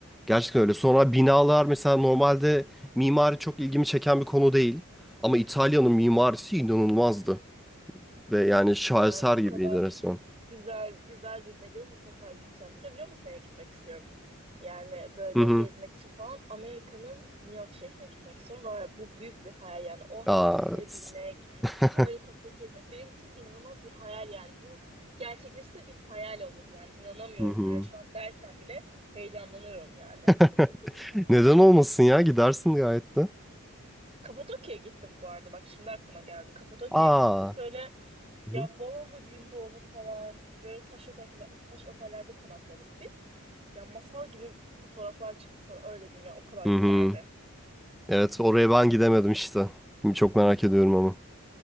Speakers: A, in the centre; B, on the right.
A: Gerçekten öyle. Sonra binalar mesela normalde mimari çok ilgimi çeken bir konu değil. Ama İtalya'nın mimarisi inanılmazdı. Ve yani şaheser
B: Yani bu
A: gibiydi
B: kadar
A: resmen.
B: güzel güzel dediğine göre mutlaka gideceğim. Bir de biliyor musun nereye gitmek istiyorum? Yani böyle
A: Hı hı.
B: gezmek için falan Amerika'nın New York şehrine gitmek istiyorum. Var bu büyük bir hayal yani o
A: Aa,
B: helikoptere
A: evet.
B: binmek,
A: <laughs>
B: o helikopteri gezmek benim için inanılmaz bir hayal yani. Bu gerçekleşse bir hayal olur yani. İnanamıyorum
A: Hı hı.
B: hala şu an derken bile heyecanlanıyorum yani.
A: <laughs> Neden olmasın ya? Gidersin gayet de.
B: Kapadokya'ya gittim bu arada bak şimdi aklıma geldi. Kapadokya'ya
A: Aa.
B: gittim böyle
A: Hı
B: Ya
A: hı.
B: Bolu'nun Gündoğdu falan böyle taş otel, taş otellerde konakladık biz. Ya masal gibi fotoğraflar çıktı sana öyle diyeyim ya o kadar
A: Hı
B: güzeldi.
A: hı. Evet oraya ben gidemedim işte. Şimdi çok merak ediyorum ama.